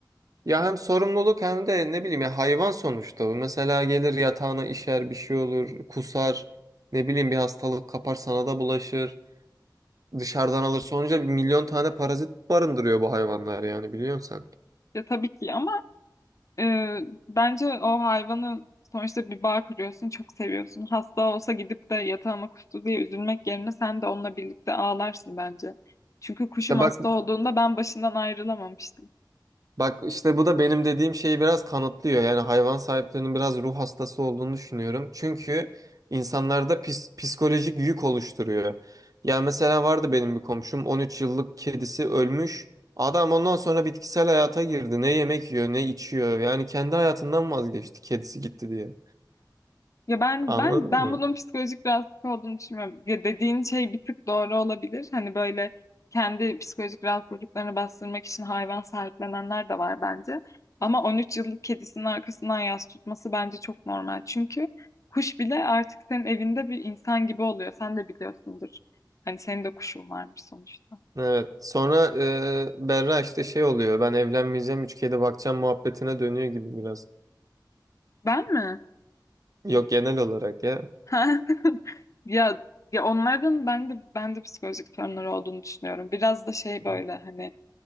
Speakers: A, on the right; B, on the left.
A: ya hem sorumluluk hem de ne bileyim ya hayvan sonuçta bu. Mesela gelir yatağına işer bir şey olur, kusar, ne bileyim bir hastalık kapar sana da bulaşır. dışarıdan alırsa olunca bir milyon tane parazit barındırıyor bu hayvanlar yani biliyorsun sen.
B: Ya tabii ki ama Ee, bence o hayvanı sonuçta bir bağ kuruyorsun, çok seviyorsun. Hasta olsa gidip de yatağıma kustu diye üzülmek yerine sen de onunla birlikte ağlarsın bence. Çünkü kuşum
A: İşte
B: hasta
A: bak
B: olduğunda ben başından ayrılamamıştım.
A: bak işte bu da benim dediğim şeyi biraz kanıtlıyor. Yani hayvan sahiplerinin biraz ruh hastası olduğunu düşünüyorum. Çünkü insanlarda pis- psikolojik yük oluşturuyor. Yani mesela vardı benim bir komşum 13 yıllık kedisi ölmüş. Adam ondan sonra bitkisel hayata girdi. Ne yemek yiyor, ne içiyor. Yani kendi hayatından vazgeçti kedisi gitti diye.
B: Ya ben
A: Anladın
B: ben ben
A: mı?
B: bunun psikolojik rahatsızlık olduğunu düşünmüyorum. Ya dediğin şey bir tık doğru olabilir. Hani böyle kendi psikolojik rahatsızlıklarını bastırmak için hayvan sahiplenenler de var bence. Ama 13 yıllık kedisinin arkasından yas tutması bence çok normal. Çünkü kuş bile artık senin evinde bir insan gibi oluyor. Sen de biliyorsundur. Hani senin de kuşun varmış sonuçta.
A: Evet. Sonra e, Berra işte şey oluyor. Ben evlenmeyeceğim, üç kedi bakacağım muhabbetine dönüyor gibi biraz.
B: Ben mi?
A: Yok genel olarak ya.
B: <laughs> Ya ya onlardan ben de ben de psikolojik sorunları olduğunu düşünüyorum. Biraz da şey böyle
A: Evet.
B: hani